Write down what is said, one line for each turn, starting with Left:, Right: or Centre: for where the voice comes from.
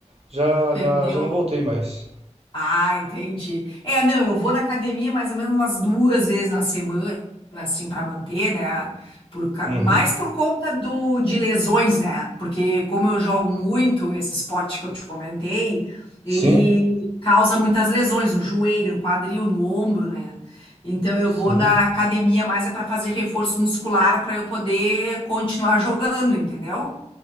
Right: já
Left: Perdeu.
Right: já já não voltei mais.
Left: Ah, entendi. É, não, eu vou na academia mais ou menos umas duas vezes na semana, assim, para manter, né? Por, ca-
Right: Uhum.
Left: mais por conta do, de lesões, né? Porque como eu jogo muito esse esporte que eu te comentei, ele
Right: Sim,
Left: causa muitas lesões no joelho, no quadril, no ombro, né? Então eu
Right: sim,
Left: vou na academia mais é para fazer reforço muscular para eu poder continuar jogando, entendeu?